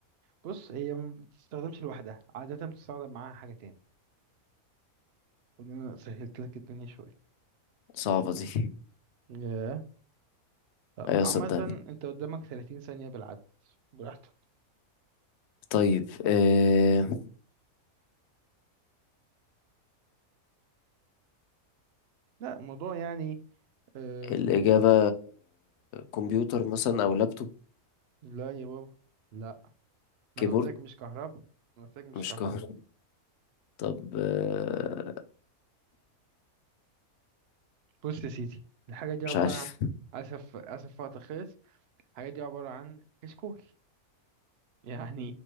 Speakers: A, on the right; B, on the left.
A: بص هي ما بتستخدمش لوحدها عادة بتستخدم معاها حاجة تاني المفروض إن أنا سهلت لك الدنيا شوية
B: صعبة دي
A: ياه طب
B: <laughs> ايوه
A: عامة
B: صدقني
A: انت قدامك 30 ثانية بالعدد براحتك
B: طيب آه
A: لا الموضوع يعني اه
B: الإجابة كمبيوتر مثلا أو لابتوب
A: لا يا بابا لا ما
B: كيبورد
A: انا قلت لك مش كهرباء ما انا قلت لك مش
B: مش
A: كهرباء
B: قهر طب آه
A: بص يا سيدي الحاجة دي
B: مش
A: عبارة
B: عارف
A: عن اسف اسف وقت خلص الحاجة دي عبارة عن كشكول يعني